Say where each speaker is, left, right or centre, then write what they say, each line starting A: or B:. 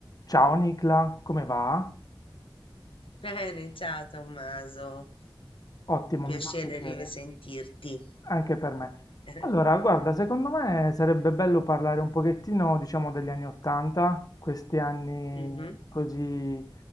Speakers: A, on the left; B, on the left.
A: Ciao Nicla, come va?
B: Bene, ciao Tommaso,
A: Ottimo,
B: piacere
A: mi fa piacere,
B: di risentirti.
A: anche per me.
B: <laughs>
A: Allora, guarda, secondo me sarebbe bello parlare un pochettino, diciamo, degli anni Ottanta, questi anni
B: Mhm,
A: così,